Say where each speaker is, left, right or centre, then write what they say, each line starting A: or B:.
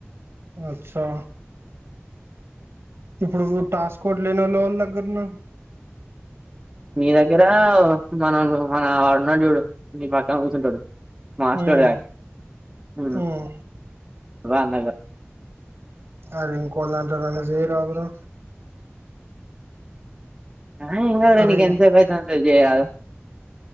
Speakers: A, on the right; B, on the right.
A: అచ్చా ఇప్పుడు టాస్క్ లేనొల్ల దగ్గర నా
B: మీ దగ్గర మనం మన వాడు చూడు నీ పక్కన కూర్చుంటాడు మాస్టర్
A: ఉమ్
B: ఆ హు
A: ఉమ్
B: రాంనగర్
A: అరి ఇం <unintelligible> చేయరాదురా
B: ఆహా ఏం కాదురా
A: అరే
B: నీకు ఎంతసేపు అయితంది చెక్ చేయాలా